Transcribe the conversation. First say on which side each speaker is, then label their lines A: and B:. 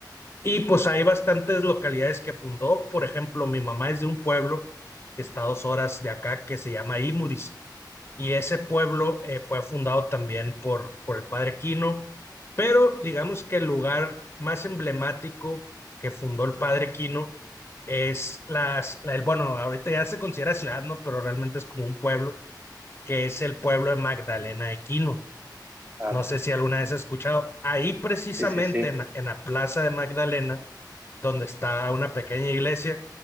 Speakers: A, on the left; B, on the right.
A: y pues hay bastantes localidades que fundó. Por ejemplo, mi mamá es de un pueblo que está a dos horas de acá que se llama Imuris. Y ese pueblo eh, fue fundado también por, por el padre Quino. Pero digamos que el lugar más emblemático que fundó el padre Quino es las, la, el- bueno, ahorita ya se considera ciudad, ¿no? Pero realmente es como un pueblo, que es el pueblo de Magdalena de Quino.
B: Claro.
A: No sé si alguna vez has escuchado. Ahí precisamente
B: Sí, sí, sí.
A: en la en la Plaza de Magdalena donde está una pequeña iglesia.